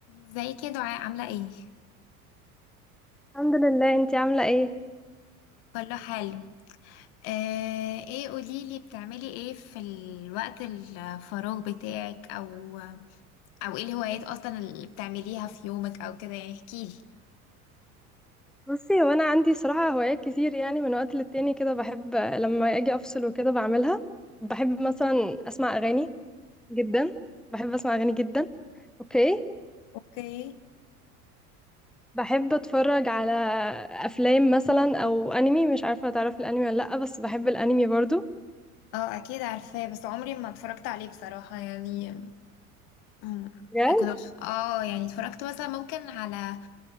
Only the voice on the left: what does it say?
ازيك يا دعاء عاملة ايه؟
كله حلو آه ايه قوليلي بتعملي ايه في الوقت الفراغ بتاعك او او ايه الهوايات اصلا اللي بتعمليها في يومك او كده يعني احكيلي
اوكي
اه اكيد عارفاه بس عمري ما اتفرجت عليه بصراحة يعني مم،
كنت اه يعني اتفرجت مثلا ممكن على